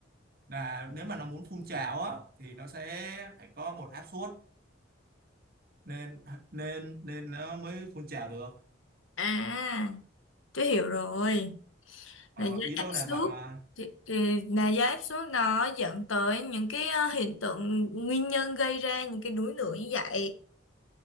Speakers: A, on the right; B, on the left.
A: là nếu mà nó muốn phun trào á thì nó sẽ phải có một áp suất nên nên nên nó mới phun trào được
B: À, tôi hiểu rồi.
A: Ờ,
B: là do
A: ý
B: áp
A: tôi
B: suất
A: là vậy mà
B: thì, thì là do áp suất nó dẫn tới những cái ờ, hiện tượng nguyên nhân gây ra những cái đuối nước như vậy